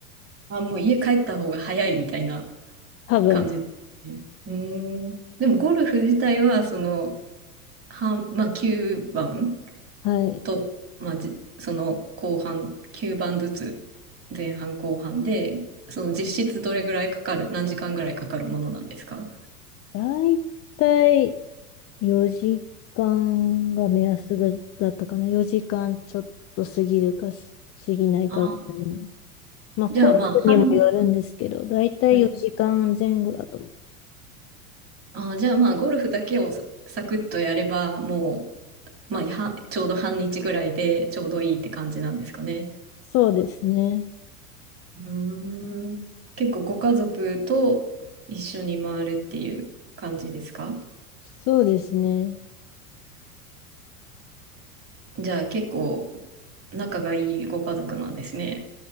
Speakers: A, on the right; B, on the left.
A: あ、もう家帰った方が早いみたいな
B: 多分。
A: 感じですね。うーん。でもゴルフ自体は、その、半、まあ9番
B: はい。
A: と、まあじ、その後半、9番ずつ、前半後半で、その実質どれぐらいかかる、何時間ぐらいかかるものなんですか
B: 大体4時間が目安ぐだったかな。4時間ちょっと過ぎるかす過ぎないかぐらいの。
A: あ
B: まあ、
A: じゃあまあ、
B: コースにもよるんですけど、
A: 半、
B: だいたい4時間前後だと思う。
A: うんあじゃあまあ、ゴルフだけをササクッとやれば、もう、まあ、はちょうど半日ぐらいでちょうどいいって感じなんですかね。
B: そうですね。
A: うーん。結構ご家族と一緒に回るっていう感じですか
B: そうですね。
A: じゃあ結構仲がいいご家族なんですね。